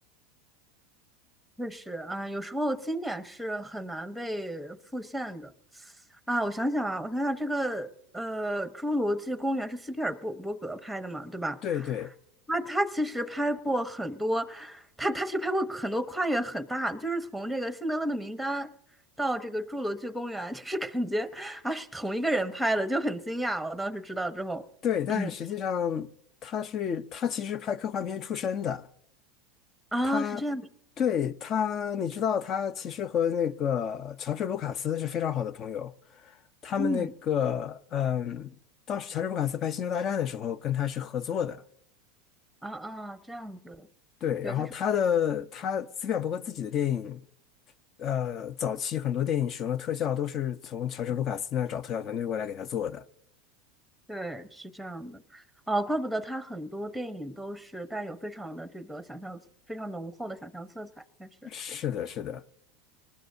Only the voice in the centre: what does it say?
确实啊，有时候经典是很难被复现的。啊，我想想啊，我想想，这个呃，《侏罗纪公园》是斯皮尔伯伯格拍的嘛，对吧？
他他其实拍过很多，他他其实拍过很多跨越很大的，就是从这个《辛德勒的名单》到这个《侏罗纪公园》，就是感觉啊是同一个人拍的，就很惊讶。我当时知道之后，
<coughs> <clears throat> 啊是这样的，
嗯。
啊啊，这样子，
对，
它是
对，是这样的，哦，怪不得他很多电影都是带有非常的这个想象，非常浓厚的想象色彩，确实。